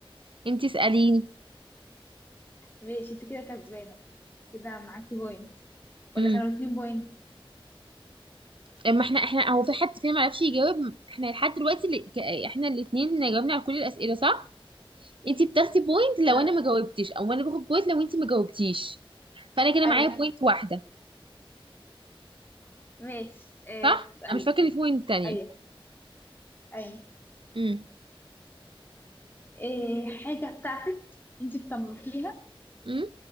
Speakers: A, on the right; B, on the left.
A: انتي اساليني
B: ماشي انت كده كسبانة كده معاكي بوينت ولا
A: امم
B: كانوا اتنين بوينت
A: اما احنا احنا هو في حد فينا ما عرفش يجاوب احنا لحد دلوقتي اللي... ك- احنا الاثنين جاوبنا على كل الاسئله صح انتي بتاخدي بوينت
B: آه.
A: لو انا ما جاوبتش او انا باخد بوينت لو انتي ما جاوبتيش فانا كده
B: ايوه
A: معايا بوينت واحده
B: ماشي آه
A: صح
B: هسألك
A: انا مش فاكره إن في بوينت تانية
B: ايوه ايوه
A: امم
B: إيه حاجة بتاعتك انت بتملكيها
A: امم